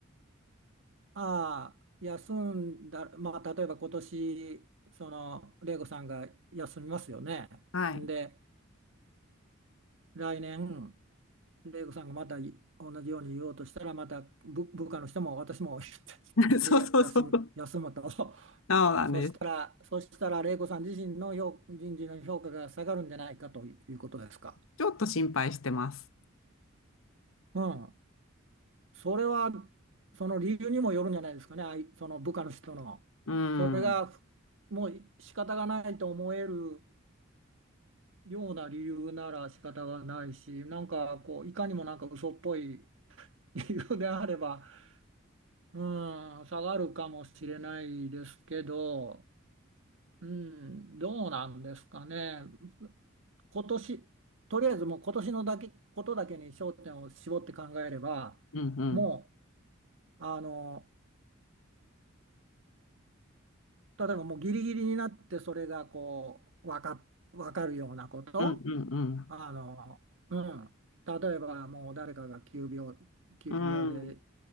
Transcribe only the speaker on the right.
ああ、休んだ、まあ、例えば今年、その、玲子さんが休みますよね。
で、来年、玲子さんがまたい同じように言おうとしたら、また部、部下の人も私も <laughs>
言って、
言ってや休む、
<laughs> 休むと。<laughs>
そしたら、そしたら、玲子さん自身の評人事の評価が下がるんじゃないかということですか。
うん。それは、その理由にもよるんじゃないですかね、あいその部下の人の。
それが、
もう仕方がないと思えるような理由なら仕方がないし、なんかこう、いかにもなんか嘘っぽい <laughs> 理由であれば、うん、下がるかもしれないですけど、うん、どうなんですかね。今年、とりあえずもう今年のだけ、ことだけに焦点を絞って考えれば、
もう、あの、例えばもうギリギリになってそれがこう、わか、わかるようなこと。
あの、うん。例えばもう誰かが急病、急病で